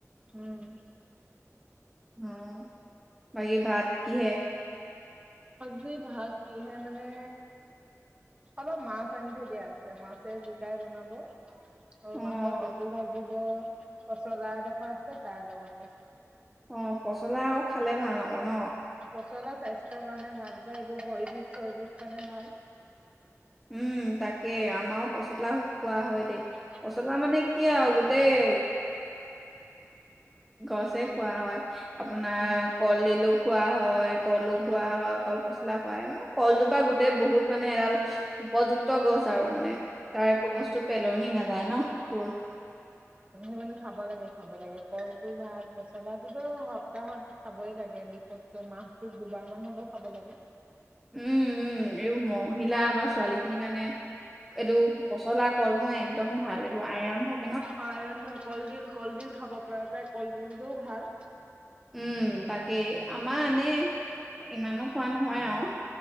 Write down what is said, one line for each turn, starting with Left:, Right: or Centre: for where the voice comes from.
Right: উম।
Centre: অ, বাকী ভাত কিহে?
Right: আজি ভাত কিহে মানে অলপ মাছ আনি থৈ দিয়া আছে মাছে জিকাই বনাব। আৰু
Centre: অ,
Right: মাছৰ পেটু ভাজিব। পচলা এদখৰ আছে, তাৰ লগতে।
Centre: অ' পচলা আও খালে ভাল আকৌ ন?
Right: পচলা স্বাস্থ্যৰ কাৰণে ভাল পায়, এইবোৰ ভৰিবিষ চৰিবিষ কাৰণে ভাল।
Centre: উম, তাকে, আমাৰো পচলা খোৱা হয় দেই।
Right: উম
Centre: পচলা মানে কি আৰু গোটেই গছে
Right: উম
Centre: খোৱা হয়, আপোনাৰ
Right: উম
Centre: কলডিলো খোৱা হয় কলো
Right: উম
Centre: খোৱা হয়, কল পচলা খোৱা এ মানে কলজোপা গোটেই বহুত মানে এডাল উপযুক্ত গছ আৰু মানে, তাৰ একো বস্তু
Right: উম
Centre: পেলনি নাযায় ন তোৰ
Right: <unintelligible> খাব লাগে, খাব লাগে, কলটো ভাল, পচলাটোতো সপ্তাহত খাবই লাগে। বিশেষকৈ মাহটোত দুবাৰ মান হলেও খাব লাগে।
Centre: উম, উম, এইবোৰ মহিলা বা ছোৱালী খিনিৰ কাৰণে এইটো পচলা, কলমৌ একদম ভাল, এইবোৰ আইৰন থাক
Right: অ, আইৰন, কলডিল, কলডিল খাব পৰা যায়। কলডিলটোও ভাল
Centre: উম, তাকে আমাৰ আনেই। ইমানো খোৱা নহয় আৰু।